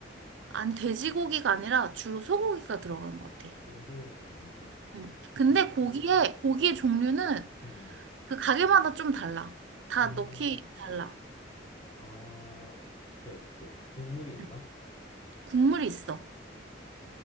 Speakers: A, on the right; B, on the left.
A: 아니, 돼지고기가 아니라 주로 소고기가 들어가는 것 같아.
B: 주로 소고기가 들어간다.
A: 응. 근데
B: 국물,
A: 고기의, 고기의 종류는
B: 음, 음,
A: 그 가게마다 좀 달라. 다
B: 음.
A: 넣기 달라.
B: 아, 오케이, 오케이. 국물이 있나?
A: 응. 국물이 있어.